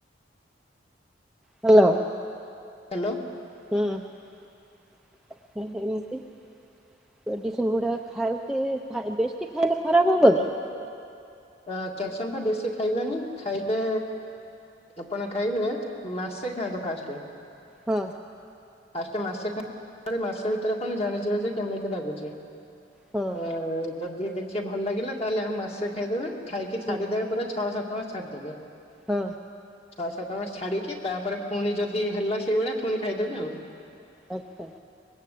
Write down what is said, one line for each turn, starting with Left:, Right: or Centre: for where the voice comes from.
Centre: ହ୍ୟାଲୋ।
Left: ହ୍ୟାଲୋ।
Centre: ହୁଁ ଏମିତି। ମେଡ଼ିସିନ୍ ଗୁଡ଼ାକ ଖାଉ କିବେଶୀ ଖାଇଲେ ଖରାପ ହେବନି।
Left: କ୍ୟାଲସିୟମ ତ ବେଶୀ ଖାଇବେନି ଖାଇବେ ଆପଣ ଖାଇବେ। ମାସେ ଖାଆନ୍ତୁ ଫାଷ୍ଟ।
Centre: ହଁ।
Left: ଆଷ୍ଟ ମାସେ ମାସେ ଭିତରେ ପ ଜାଣିଯିବେ ଯେ କେମିତି ଲାଗୁଛି।
Centre: ହଁ
Left: ଅ ଯଦି ଦେଖିବା ଭଲ ଲାଗିଲା ତାହେଲେ ଆମ ମାସରେ ଖାଇଦେବେ ଖାଇକି
Centre: ହଁ
Left: ଛାଡିଦେବେ ପୁରା ଛଅ ସାତ ତ ଛାଡି ଦେବେ।
Centre: ହଁ।
Left: ଛଅ ସାତ ଛାଡ଼ିକି ତାପରେ ପୁଣି ଯଦି ହେଲା ସେଇଭଳିଆ ପୁଣି ଖାଇଦେବେ ଆଉ।
Centre: ଆଚ୍ଛା।